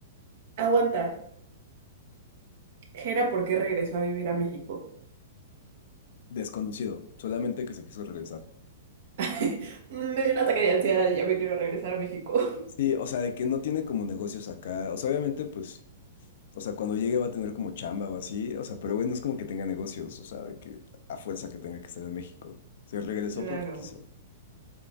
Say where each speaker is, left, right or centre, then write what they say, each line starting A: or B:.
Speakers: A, on the right; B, on the left.
A: Aguanta. Jera, ¿por qué regresó a vivir a México?
B: desconocido, solamente que se quiso regresar.
A: <laughs> Me dio un ataque de ansiedad y ya me quiero regresar a México. <laughs>
B: Sí, o sea, de que no tiene como negocios acá. O sea, obviamente, pues. O sea, cuando llegue va a tener como chamba o así. O sea, pero güey, no es como que tenga negocios. O sea, de que a fuerza que tenga que estar en México. Se regresó
A: Claro.
B: porque quiso.